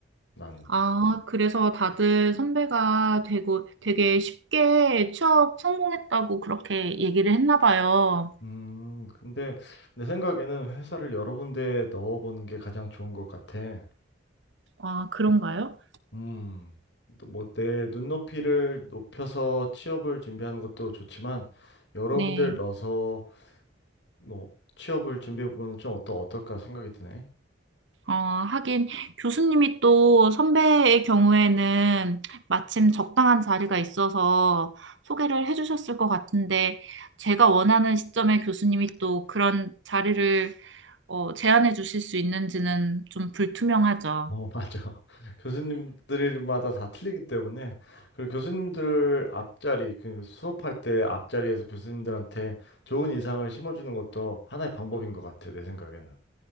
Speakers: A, on the left; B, on the right.
A: 나는.
B: 아, 그래서 다들 선배가 되고 되게 쉽게 취업 성공했다고 그렇게 얘기를 했나 봐요.
A: 음, 근데 내 생각에는 회사를 여러 군데 넣어보는 게 가장 좋은 것 같아.
B: 아, 그런가요?
A: 음, 뭐 내 눈높이를 높여서 취업을 준비하는 것도 좋지만 여러
B: 네.
A: 군데를 넣어서 뭐 취업을 준비해보면 좀 어떠, 어떨까 생각이 드네.
B: 어, 하긴 교수님이 또 선배의 경우에는 마침 적당한 자리가 있어서 소개를 해주셨을 것 같은데 제가 원하는 시점에 교수님이 또 그런 자리를 어, 제안해 주실 수 있는지는 좀 불투명하죠.
A: 어, 맞아. <laughs> 교수님들마다 다 틀리기 때문에 그리고 교수님들 앞자리, 그 수업할 때 앞자리에서 교수님들한테 좋은 인상을 심어주는 것도 하나의 방법인 것 같아, 내 생각에는.